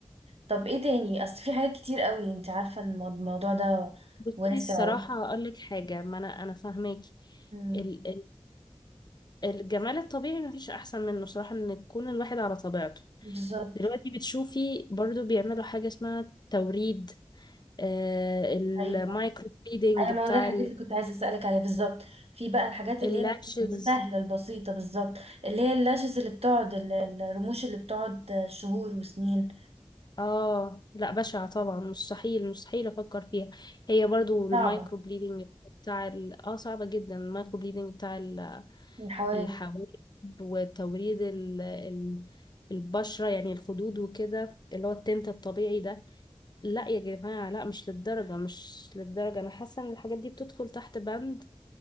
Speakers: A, on the right; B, on the left.
A: طب ايه تاني اصل في حاجات كتير قوي انت عارفة ان المو- الموضوع ده
B: بصي
A: واسع
B: الصراحة
A: و-
B: هقولك حاجة ما انا انا فاهماكي
A: مم،
B: ال... ال... الجمال الطبيعي مفيش احسن منه صراحة ان يكون الواحد على طبيعته
A: بالظبط
B: دلوقتي بتشوفي برضو بيعملوا حاجة اسمها توريد آه المايكرو
A: ايوه
B: بليدنج
A: ايوه ما
B: بتاع
A: هو ده الحاجات اللي كنت عايزه اسالك عليها بالظبط في بقى الحاجات
B: اللاشز
A: اللي هي السهله البسيطه بالظبط اللي هي اللاشز اللي بتقعد ال- الرموش اللي بتقعد شهور وسنين
B: اه لا بشعة طبعا مستحيل مستحيل افكر فيها هي برضو
A: صعبه
B: المايكرو بليدنج بتاع ال... اه صعبة جدا المايكرو بليدنج بتاع ال-
A: الحواجب
B: الحواجب وتوريد ال... ال... البشرة يعني الخدود وكده اللي هو التنت الطبيعي ده لا يا جماعة لا مش للدرجة مش للدرجة انا حاسة ان الحاجات دي بتدخل تحت بند